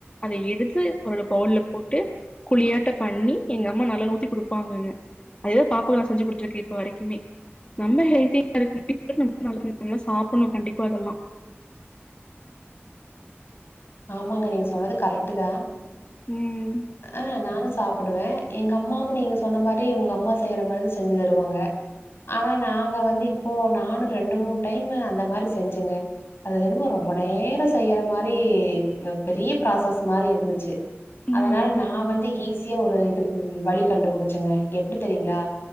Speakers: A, on the left; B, on the left.
A: அத எடுத்து ஒரு பவுல்ல போட்டு குழியாட்ட பண்ணி எங்கம்மா நல்லெண்ணெ ஊத்தி குடுப்பாங்கங்க அதேதா பாப்பாக்கு நா செஞ்சு குடுத்துட்ருக்கே இப்ப வரைக்குமே நம்ம ஹெல்தியா இரு <inaudible> நல்லா சாப்புண்ணு கண்டிப்பா அதல்லா
B: ஆமாங்க நீங்க சொன்னது கரெக்டுதா
A: ம்
B: ஆ நானு சாப்பிடுவே எங்க அம்மாவு நீங்க சொன்ன மாரி உங்க அம்மா செய்யற மாரிதா செஞ்சு தருவாங்க ஆனா நாங்க வந்து இப்போ நானு ரெண்டு மூண் டைம் அந்த மாரி செஞ்சங்க அது என்னமோ ரொம்ப நேரோ செய்யற மாரி அ பெரிய ப்ராசஸ் மாரி இருந்துச்சு
A: ம்
B: அதனால நா வந்து ஈஸியா ஒரு இது ம் வழி கண்டுபிடிச்சுங்க எப்படி தெரியுங்ளா